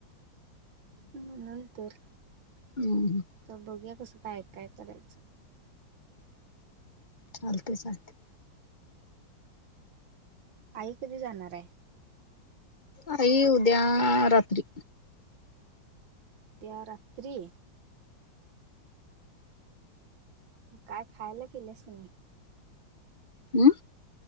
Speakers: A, on the right; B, on the left.
A: म्हणून तर.
B: हम <unintelligible>
A: तर बघू या कस काय, काय, करायचं.
B: चालतंय, चालतंय.
A: आई कधी जाणार आहे.
B: आई उद्या आ रात्री.
A: उद्या रात्री. काय खायला केलंस का नाही?
B: हम्